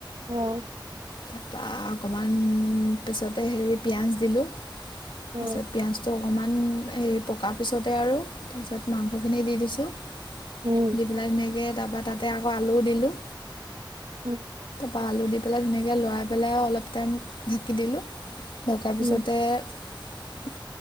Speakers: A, on the right; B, on the left.
A: আহ
B: তাৰপা অকমান পিছত তা হেৰি পিঁয়াজ দিলোঁ তাৰ
A: অ
B: পিছত পিয়াজটো অকণমান হেৰি পকাৰ পিছতে আৰু তাৰপিছত মাংসখিনি দি দিছোঁ দীপলাই
A: উম
B: ধুনীয়াকে তাৰাপা তাতে আকৌ আলুও দিলো
A: উম
B: ত আলু দি পেলাই ধুনে লৰাই পেলাই অলপ টাইম ঢাকি দিলো <unintelligible> ডকাৰ পিছতে
A: উম
B: <unintelligible>